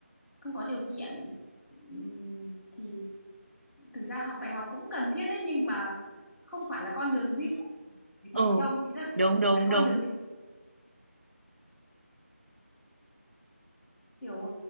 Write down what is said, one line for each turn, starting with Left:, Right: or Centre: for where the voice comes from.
Centre: không có điều kiện ừm, thì thực ra học đại học cũng cần thiết đấy nhưng mà không phải là con đường duy để thành
Right: Ừ,
Centre: công ý là kiểu
Right: đúng đúng
Centre: tại con
Right: đúng.
Centre: đường kiểu